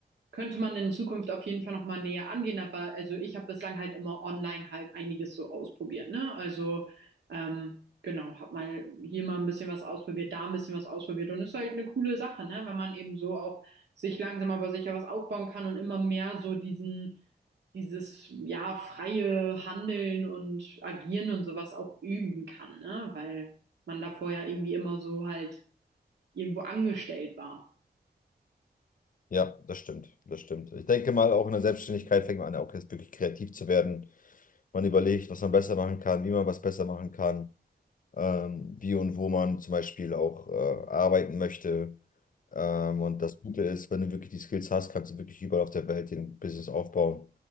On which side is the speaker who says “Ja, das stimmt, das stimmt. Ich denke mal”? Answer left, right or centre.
Left